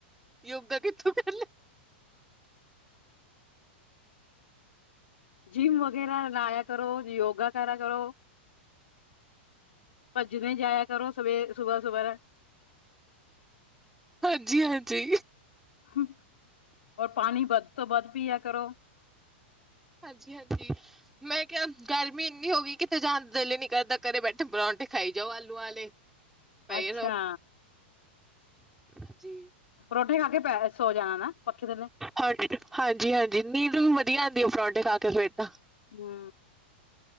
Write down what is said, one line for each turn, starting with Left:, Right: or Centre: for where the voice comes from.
Centre: ਯੋਗਾ ਕਿਥੋਂ ਕਰ ਲਿਆ
Left: ਜਿਮ ਵਗੈਰਾ ਲਾਇਆ ਕਰੋ, ਯੋਗਾ ਕਰਾ ਕਰੋ। ਭੱਜਦੇ ਜਾਏਆ ਕਰੋ ਸਵੇਰ ਸੁਬਾ ਸਵੇਰੇ।
Centre: ਹਾਂਜੀ -ਹਾਂਜੀ।
Left: ਹੁ, ਔਰ ਪਾਣੀ ਵੱਧ ਤੋਂ ਵੱਧ ਪੀਆ ਕਰੋ।
Centre: ਹਾਂਜੀ -ਹਾਂਜੀ ਮੈਂ ਕੇਆ ਗਰਮੀ ਏਨੀ ਹੋਗੀ, ਕਿਤੇ ਜਾਣ ਨੂੰ ਦਿਲ ਈ ਨੀ ਕਰਦਾ। ਘਰੇ ਬੈਠੇ ਪਰੌਂਠੇ ਖਾਈ ਜਾਓ ਆਲੂਆਂ ਆਲੇ। ਪਏ
Left: ਅੱਛਾ
Centre: ਰਹੋ। ਹਾਂਜੀ।
Left: ਪਰੋਠੇ ਖਾ ਕੇ ਪੈ ਸੋ ਜਾਣਾ ਨਾ ਪੱਖੇ ਥੱਲੇ।
Centre: ਹਾਂਜੀ- ਹਾਂਜੀ, ਹਾਂਜੀ ਨੀਂਦ ਵੀ ਵੱਧੀਆ ਆਂਦੀ ਆ, ਪਰੋਂਡੇ ਖਾ ਕੇ ਫੇਰ ਤਾਂ।
Left: ਹੂੰ